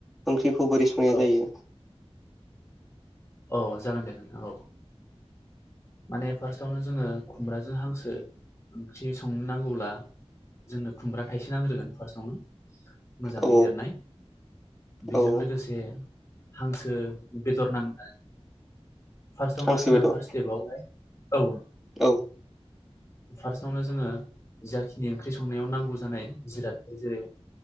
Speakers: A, in the centre; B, on the left (about 25°).
A: बेखौ बोरै संनाय
B: औ
A: जायो
B: औ जागोन दे औ नोंथां औ माने फार्स्टआवनो जोङो खुमब्राजों हांसो ओंख्रि संनो नांगौब्ला जोंनो खुमब्रा थाइसे नांग्रोगोन फार्स्टआवनो मोजाङै
A: औ
B: देरनाय बेजों
A: औ
B: लोगोसे हांसो बेदर नांनाय फार्स्ट आवनो
A: हांसो
B: जोङो
A: बेदर
B: फार्स्ट स्टेपावहाय औ
A: औ
B: फार्स्टआवनो जोङो जाखिनि ओंख्रि संनायाव नांगौ जानाय जिरादफोर जेरै